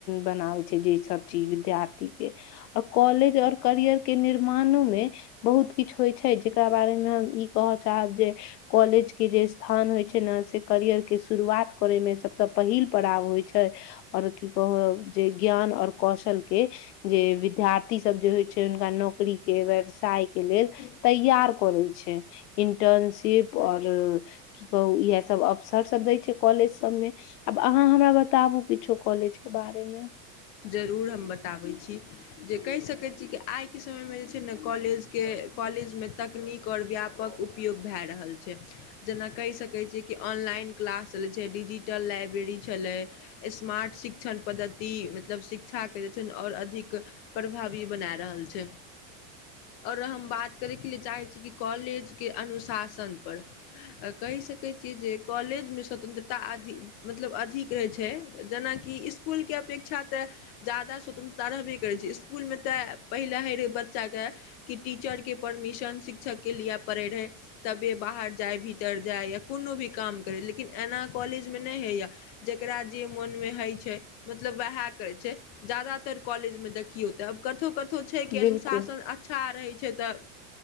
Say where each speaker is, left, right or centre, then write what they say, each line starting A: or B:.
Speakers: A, on the left (about 85°); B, on the left (about 55°).
A: बनावे छै जे सब चीज विद्यार्थी के और कॉलेज और करियर केर् मानो मे बहुत किछु होइ छै जेकरा बारे मे हम ई कहऽ चाहब जे कॉलेज के जे स्थान होय छै ने से करियर के शुरुआत करे मे सबस पहिल पड़ाव होय छै छै आओर की कह जे ज्ञान आओर कौशल के जे विद्यार्थी सब जे होइ छै हुनका नोक नौकरीके व्यवसाय के लेल तैयार करै छै इन्टर्नशिप आओर की कहुं यैह सब अवसर सब दै छै कॉलेज सब मे आब अहाँ हमरा बताबु किछो क कॉलेज के बारेमे
B: जरूर हम बताबै छी जे कहि सकैत छी कि आइके समयमे जे छै ने कॉलेजके कॉलेज मे तकनीक आओर व्यापक उपयोग भए रहल छै जेना कहि सकैत छियै कि ऑन आनलाइन क्लास चलय छै डिजिटल लाइब्रेरी छलै स्मार्ट शिक्षण पद्धति मतलब शिक्षाके जे छै ने आओर अधिक प्रभावी बना रहल छै आओर हम बात करैके लि चाहैत छी कि कॉलेजके अनुशासनपर कहि कहि सकैत छियै जे कॉलेजमे स्वतंत्रता अधि मतलब अधिक रहय छै जेनाकि स्कुलके अपेक्षा तऽ ज्यादा स्वतंत्रता रहबे करय छै स्कूल में तै पहिलाहि रहय बच्चा कै टिचर के परमिशन शिक्षक के लिए पड़े रहै तबे बाहर जाय भीतर जाय या कोनो भी काम कम करैला लेकिन ऐना काॅलेज में नहि होई यै जेकरा जे मोन में होई छै मतलब वैहा करय छै जादातर कॉलेज मे देखियौ त अब कथो क तो छै के
A: बिल्कुल
B: अनुशासन अच्छा रहय छै तऽ